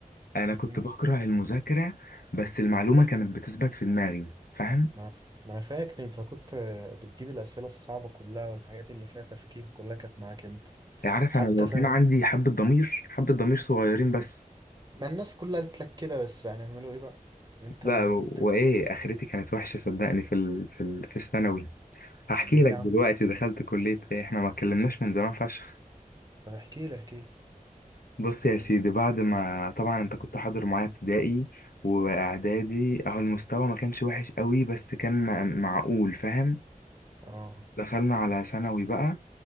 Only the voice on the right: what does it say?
مم.
ما انا ف- ما أنا فاكر انت كنت بتجيب الاسئله الصعبه كلها والحاجات اللي فيها تفكير كلها كانت معاك انت
حتى
ف...
ما الناس كلها قالت لك كده بس هنعمله ايه بقى انت
اللي كنت
ليه
يا
عم
طب احكي لي احكي لي
اه